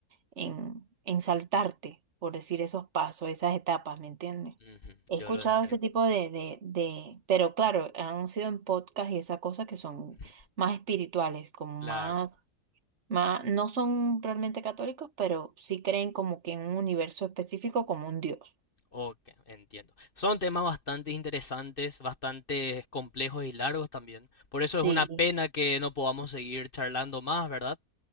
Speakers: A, on the right (about 45°); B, on the left (about 40°).
A: en, en saltarte, por decir esos pasos, esas etapas, ¿me entiendes?
B: Ujú,
A: He
B: Yo
A: escuchado
B: lo entiendo.
A: ese tipo de, de, de, pero claro, han sido en podcast y esas cosas que son
B: Ujú,
A: más espirituales, como
B: Claro,
A: más, más, no son realmente católicos, pero sí creen como que en un universo específico como un Dios.
B: ok, entiendo. Son temas bastante interesantes, bastante complejos y largos también. Por eso
A: Sí,
B: es una Sí, pena que no podamos seguir charlando más, ¿verdad?